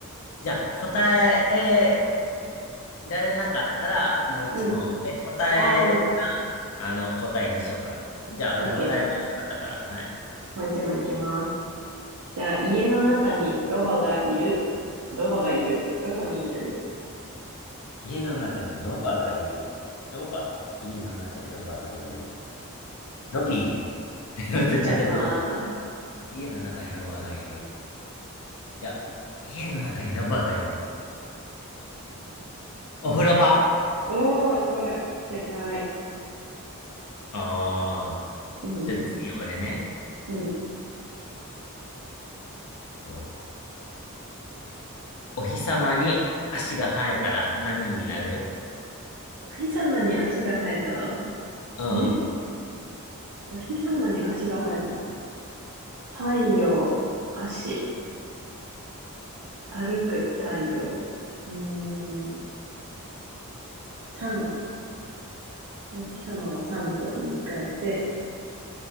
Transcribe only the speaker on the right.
うん。
あー、
オッケー。
もう一問いきます。じゃあ、家の中にロバがいる。ロバがいる。どこにいる
違います。
おー、すごい。正解。
いいね。
うん。
お日様に足が生えたら、
えお日様に足が生えたら、太陽、足、歩く太陽。うーん。三、お日様を三と言い換えて、